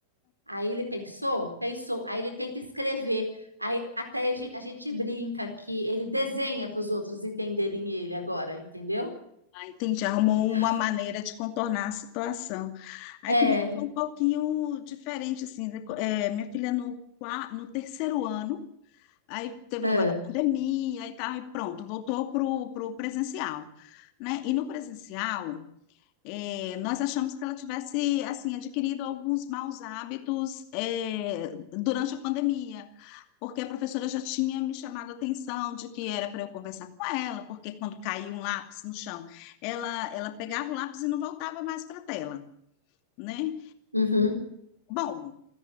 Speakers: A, on the right; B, on the left.
A: aí ele pensou, pensou, aí ele tenta escrever, aí até a gente, a gente brinca que ele desenha para os outros entenderem ele agora, entendeu?
B: Ah, entendi. Arrumou
A: Então,
B: uma maneira de contornar a situação. Aí
A: é,
B: comigo foi um pouquinho diferente, assim. né? Co- eh, minha filha no, qua- no terceiro ano, aí teve
A: Ah,
B: o negócio da pandemia e tal, e pronto, voltou pro, pro presencial, né? E no presencial, eh, nós achamos que ela tivesse, assim, adquirido alguns maus hábitos, eh, durante a pandemia. porque a professora já tinha me chamado a atenção de que era para eu conversar com ela, porque quando caiu um lápis no chão, ela, ela pegava o lápis e não voltava mais para a tela, né?
A: uhum,
B: Bom,